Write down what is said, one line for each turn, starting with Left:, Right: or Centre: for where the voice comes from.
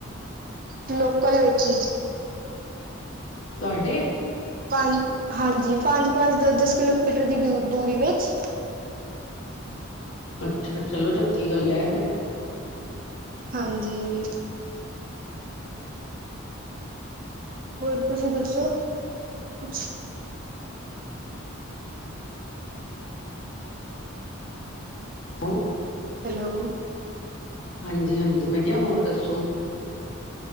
Right: ਲੋਕਲ ਵਿੱਚ ਈ।
Left: ਤੁਹਾਡੇ
Right: ਪੰਜ ਹਾਂਜੀ ਪੰਜ-ਪੰਜ ਦ ਦਸ ਕਿਲੋਮੀਟਰ ਦੀ ਦ ਦੂਰੀ ਵਿੱਚ
Left: ਅੱਛਾ ਚਲੋ ਚੰਗੀ ਗੱਲ ਐ ਤੇ
Right: ਹਾਂਜੀ ਹੋਰ ਤੁਸੀਂ ਦੱਸੋ ਕੁਛ
Left: ਹੋ
Right: ਹੈਲੋ।
Left: ਹਾਂਜੀ-ਹਾਂਜੀ, ਮੈਂ ਕਿਆ ਹੋਰ ਦੱਸੋ।